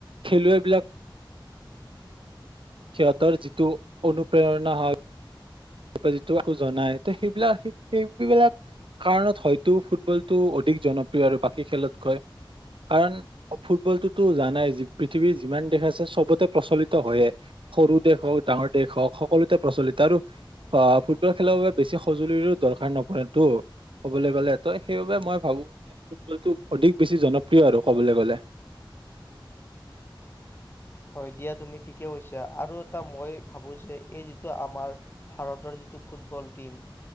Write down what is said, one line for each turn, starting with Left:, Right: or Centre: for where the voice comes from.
Right: খেলুৱৈবিলাক সিহঁতৰ যিটো অনুপ্ৰেৰণা হওক ত যিটোো জনাই ত সেইবিলাক সেইবিলাক কাৰণত হয়তো ফুটবলটো অধিক জনপ্ৰিয় আৰু বাকী খেলতকৈ কাৰণ ফুটবলটোতো জানাই পৃথিৱীৰ যিমান দেশ আছে চবতে প্ৰচলিত হয়য়ে সৰু দেশ হওক ডাঙৰ দেশ হওক সকলোতে প্ৰচলিত আৰু অ' ফুটবল খেলাৰ বাবে বেছি সঁজুলিৰো দৰকাৰ নপৰেতটো কবলৈ গ'লে ত সেইবাবে মই ভাবো যে ফুটবলটো অধিক বেছি জনপ্ৰিয় আৰু কবলৈ গলে
Left: হয় দিয়া তুমি ঠিকে কৈছা আৰু এটা মই ভাবো যে এই যিটো আমাৰ ভাৰতৰ যিটো ফুটবল টিম